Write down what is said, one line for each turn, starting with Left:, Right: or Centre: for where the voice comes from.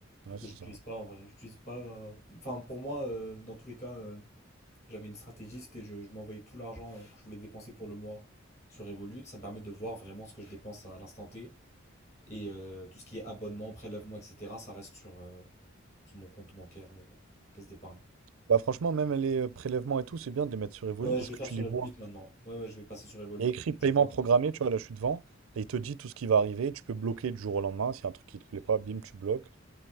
Left: Vu
Right: ouais,
Left: que
Right: c'est
Left: j'utilise
Right: ça.
Left: pas en vrai. J'utilise pas. euh, Enfin pour moi, euh, dans tous les cas. euh, J'avais une stratégie, c'était je, je m'envoyais tout l'argent euh, que je voulais dépenser pour le mois sur Revolut. Ça me permet de voir vraiment ce que je dépense à l'instant T. Et euh, tout ce qui est abonnement, prélèvement, etc., ça reste sur, euh, sur mon compte bancaire, euh, caisse d'épargne.
Right: Bah franchement, même les euh, prélèvements et tout, c'est bien de les mettre sur Revolut
Left: Ouais,
Right: parce
Left: je vais
Right: que
Left: faire
Right: tu
Left: sur
Right: les
Left: Revolut
Right: vois.
Left: maintenant. Ouais, ouais, je vais passer sur Revolut.
Right: Il y a écrit paiement
Left: Tu vois,
Right: programmé, tu vois, là je suis devant, et il te dit tout ce qui va arriver, tu peux bloquer du jour au lendemain, s'il y a un truc qui te plaît pas, bim, tu bloques.